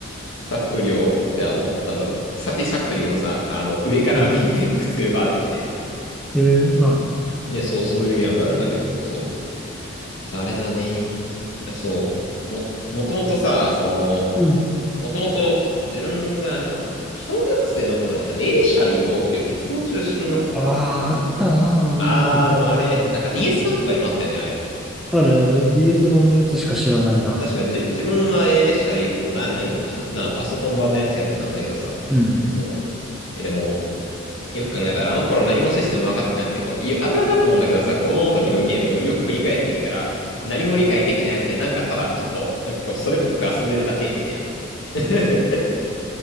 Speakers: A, on the left (about 60°); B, in the centre.
A: ファクトリオってあの、なんだろう、サティスファクトリーのさ、あの、上から見てくっつけるバージョンみたいなやつ。
B: うん。えー、まああの、
A: いや、そう、そういうゲームがあるんだけど、そう。あれだね。そう。も、もともとさ、その、
B: うん。
A: もともと自分があれかな小学生の頃にさ、A 列車で行こうっていう鉄道中心の、
B: ああ、あったなあ、
A: あの、
B: あんな作品。
A: あれ、なんか DS 版とかにもあったよね、あれ。
B: ある
A: 確か、
B: DS 版のやつしか知らないな。
A: 確かじ自分は A 列車で行こうな、ないんかなな、パソコン版のやつやってたんだけどさ。
B: うん。
A: え、そう。え、でも、よく考えたらあの頃何もシステム分かってなくて、こう、いあるあるだと思うんだけどさ、子供の時のゲームよく振り返ってみたら、何も理解できてなくて、なんかただちょっと、なんかこう、それっぽく遊んでるだけみたいな。<laughs>